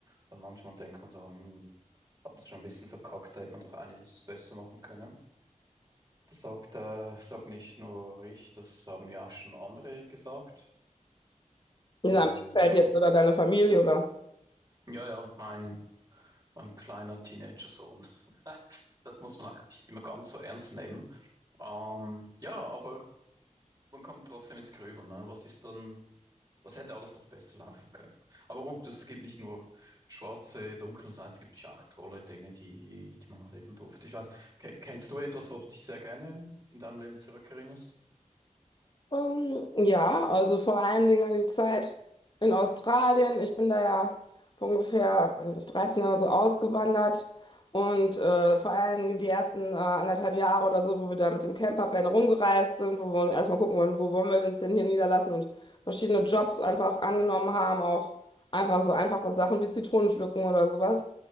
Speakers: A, on the right (about 30°); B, on the left (about 35°).
A: Dann manchmal denkt man so, hm, hab das schon ein bisschen verkackt, da hätte man doch einiges besser machen können. Das sagt, äh, sagt nicht nur ich, das haben ja auch schon andere gesagt.
B: In
A: Ähm,
B: deinem Umfeld
A: ja,
B: jetzt oder deiner Familie oder?
A: ja, ja, mein. Ein kleiner Teenager-Sohn. Das muss man auch nicht immer ganz so ernst nehmen. Ähm, ja, aber man kommt trotzdem ins Grübeln. Ne? Was ist dann, was hätte alles noch besser laufen können? Aber gut, es gibt nicht nur schwarze, dunkle Seiten, es gibt ja auch tolle Dinge, die, die man erleben durfte. Ich weiß, ke- kennst du etwas, wo du dich sehr gerne in deinem Leben zurückerinnerst?
B: Ähm, ja, also vor allen Dingen an die Zeit in Australien. Ich bin da ja vor ungefähr, weiß nicht, 13 Jahre so ausgewandert und äh, vor allen Dingen die ersten äh, anderthalb Jahre oder so, wo wir da mit dem Campervan rumgereist sind, wo wir uns erstmal gucken wollen, wo wollen wir uns denn hier niederlassen und verschiedene Jobs einfach angenommen haben, auch einfach so einfache Sachen wie Zitronen pflücken oder sowas.